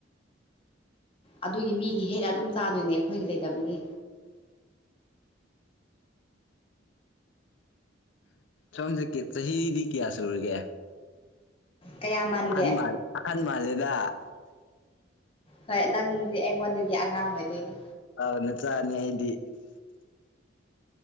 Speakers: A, on the left; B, on the left.
A: ꯑꯗꯨꯒꯤ ꯃꯤꯒꯤ ꯍꯦꯛꯑ ꯑꯗꯨꯝ ꯆꯥꯗꯣꯏꯅꯦ ꯑꯩꯈꯣꯏꯒꯤ ꯂꯩꯇꯕꯒꯤ
B: ꯁꯣꯝꯁꯦ ꯆꯍꯤꯗꯤ ꯀꯌꯥ ꯁꯨꯔꯒꯦ
A: ꯀꯌꯥ ꯃꯥꯟꯒꯦ
B: ꯑꯍꯟ ꯃꯥꯜ ꯑꯍꯟ ꯃꯥꯜꯂꯤꯗ
A: ꯍꯣꯏ ꯅꯪꯗꯤ ꯑꯩꯉꯣꯟꯗꯒꯤ ꯑꯉꯥꯡ ꯑꯣꯏꯗꯣꯏꯅꯤ
B: ꯑ ꯅꯆꯥꯅꯦ ꯑꯩꯗꯤ